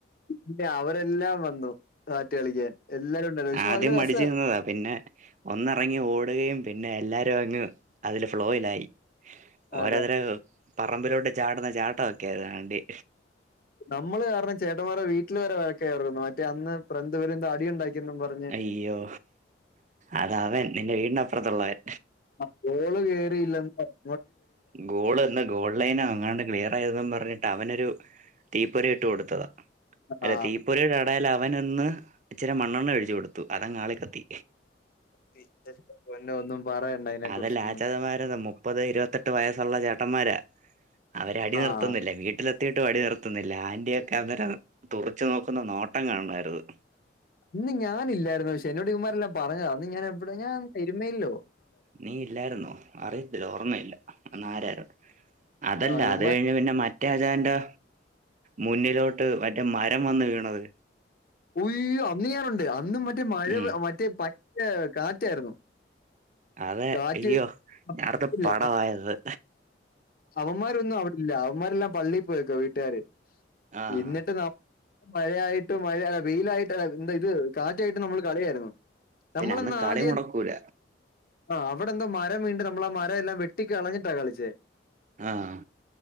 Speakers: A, on the left; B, on the right.
A: പിന്നെ അവരെല്ലാം വന്നു സാറ്റ് കളിക്കാൻ എല്ലാരും ഉണ്ടായിരുന്നു പക്ഷെ
B: ആദ്യം
A: നല്ല
B: മടിച്ചു
A: രസമായിരുന്നു
B: നിന്നതാ പിന്നെ ഒന്നിറങ്ങി ഓടുകയും പിന്നെ എല്ലാരും അങ്ങ് അതില് ഫ്ലോയിലായി
A: അതെ
B: ഓരോരുത്തര് പറമ്പിലോട്ട് ചാടുന്ന ചാട്ടവൊക്കൊയാ കാണണ്ടെ
A: നമ്മള് കാരണം ചേട്ടന്മാരെ വീട്ടില് വരെ വയക്കാർന്നു മറ്റേ അന്ന് <unintelligible> അടിയ ഉണ്ടാക്കിയെന്നും പറഞ്ഞു
B: അയ്യോ അതാ അവൻ നിന്റെ വീടിനപ്പുറത്തുള്ളവൻ
A: ആ ബോള് കേയറിയില്ലെന്ന് പറഞ്ഞ്
B: ഗോള് എ ഓൺലൈനോ അങ്ങാണ്ട് ക്ലിയർ ആയതും പറഞ്ഞിട്ട് അവനൊരു തീപ്പൊരി ഇട്ട് കൊടുത്തതാ അല്ല
A: ആഹ്
B: തീപ്പൊരയുടെ അടേൽ അവൻന്ന് ഇച്ചിരി മണ്ണെണ്ണ ഒഴിച്ചു കൊടുത്തു അതാങ്ങ് ആളി കത്തി
A: പിന്ന എൻ്റ പൊന്നോ ഒന്നും പറയണ്ട അതിനെ
B: അതെല്ലേ
A: കുറിച്ചൊന്നും
B: <unintelligible> മുപ്പത് ഇരുപത്തെട്ട് വയസ്സുള്ള ചേട്ടന്മാരാ അവര് അടി
A: ആഹ്
B: നിർത്തുന്നില്ല വീട വീട്ടിലെത്തിയിട്ടും അടി നിർത്തുന്നില്ല ആന്റിയൊക്കെ അന്നേരം തുറിച്ചു നോക്കുന്ന നോട്ടം കാണണമായിരുന്ന്
A: ഇന്ന് ഞാനില്ലായിരുന്നു പക്ഷെ എന്നോട് ഇവമ്മാരെല്ലാം പറഞ്ഞതാ അന്ന് ഞാൻ എവിടെ ഞാൻ എരുമേലിലൊ
B: നീ ഇല്ലായിരുന്നോ അറിയത്തില്ല ഓർമ്മയില്ല അന്നാരാരുന്നു അതല്ല
A: ആഹ് ഇവന്മാർ
B: അത് കഴിഞ്ഞ് പിന്നെ മറ്റ പ രാജാന്റെ മുന്നിലോട്ട് മറ്റേ മരം വന്ന് വീണത്
A: ഒയ്യോ അന്ന് ഞാനുണ്ട് അന്നും മറ്റേ മഴ
B: ഉം
A: മറ്റേ പറ്റ കാറ്റായിരുന്നു
B: അതെ
A: കാറ്റ്
B: അയ്യോ ഞാനൊക്കെ
A: ഇല്ല
B: പടവായി അന്ന്
A: അവന്മാരൊന്നും അറിഞ്ഞില്ല അവന്മാരെല്ലാം പള്ളി പോയേക്കുവ വീട്ടുകാര്
B: ആഹ്
A: എന്നിട്ട് ന മഴയായിട്ടും മഴ അല്ല വെയിലായിട്ട് എന്താ ഇത് കാറ്റായിട്ടും നമ്മള് കളിയാരുന്നു നമ്മളന്ന്
B: പിന്നെ അന്ന് കളി
A: ആദ്യം
B: മുടക്കൂല
A: ആഹ് അവിടെന്തോ മരം വീണ്ടണ്ട് നമ്മള് ആഹ് മരം എല്ലാം വെട്ടിക്ക് കളഞ്ഞിട്ടാ കളിച്ചേ
B: ആഹ്